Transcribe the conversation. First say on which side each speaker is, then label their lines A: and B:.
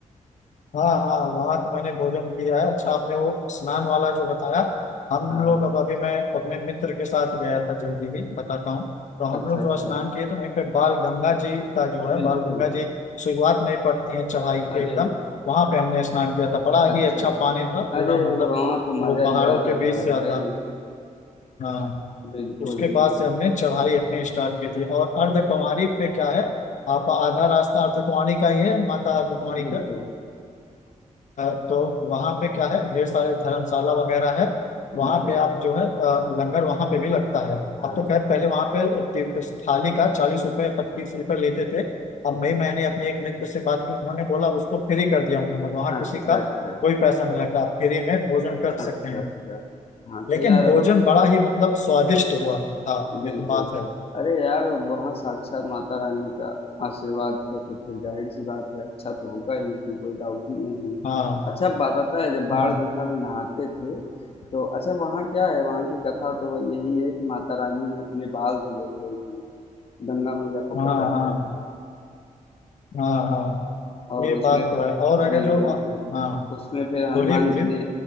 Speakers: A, on the left (about 65°); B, on the left (about 45°).
A: हाँ हाँ वहाँ तो मैंने भोजन किया है अच्छा आपने वो स्नान वाला जो बताया हम
B: हाँ
A: लोग
B: हाँ
A: अब अभी मैं अपने मित्र के साथ गया था जल्दी ही बताता हूँ तो हम
B: अच्छा
A: लोग
B: अच्छा
A: जो स्नान किए तो वहीं पे बाल गंगा जी का जो है
B: बिल्कुल
A: बाल गंगा जी शुरुआत में ही पड़ती है चढ़ाई के
B: अरे
A: एकदम वहां पे हमने स्नान किया था बड़ा
B: अच्छा
A: ही अच्छा
B: अच्छा
A: पानी था पूरा
B: अरे
A: मतलब
B: वहाँ तो
A: वो
B: मजा
A: पहाड़ों
B: ही आ जाता
A: के बीच
B: है
A: से आता
B: भाई
A: हाँ
B: बिल्कुल
A: उसके
B: बिल्कुल
A: बाद से हमने चढ़ाई अपनी स्टार्ट की थी और अर्धकुंवारी पे क्या है आप आधा रास्ता अर्धकुंवारी का ही है माता अर्धकुंवारी
B: बिल्कुल
A: का अ, तो वहाँ पे क्या है ढेर सारे धर्मशाला वगैरह है
B: बिल्कुल
A: वहाँ पे आप जो है अ, लंगर वहाँ पे भी लगता है
B: हाँ
A: अब तो खैर
B: हाँ।
A: पहले वहाँ पे ति- थाली का चालीस रुपए पच्चीस रुपए लेते थे अब
B: अच्छा
A: मई मैंने अपने एक मित्र से बात की उन्होंने बोला उसको फ्री कर दिया उन्होंने वहाँ
B: अच्छा
A: किसी का
B: अच्छा
A: कोई पैसा नहीं लगता आप फ्री में भोजन कर सकते
B: अच्छा
A: हैं
B: अच्छा हाँ
A: लेकिन
B: तो यार
A: भोजन
B: अभी
A: बड़ा ही मतलब स्वादिष्ट हुआ था
B: बिल्कुल।
A: ये तो बात है
B: अरे यार! अब वहाँ साक्षात माता रानी का आशीर्वाद है तो फिर जाहिर सी बात है अच्छा तो होगा ही इसमें कोई डाउट ही नहीं है।
A: हाँ
B: अच्छा बा पता है जब
A: हम्म,
B: बाण गंगा में नहाते थे तो अच्छा वहाँ क्या है वहाँ की कथा तो यही है कि माता रानी ने अपने बाल धुले थे उसमें गंगा मैया को
A: हाँ
B: प्रकट
A: हाँ
B: करके
A: हाँ हाँ
B: और
A: ये
B: उसमें
A: बात तो है और अगर
B: जी
A: जो
B: बिल्कुल
A: हाँ
B: उसमें फिर हनुमान
A: बोलिए बोलिए
B: जी ने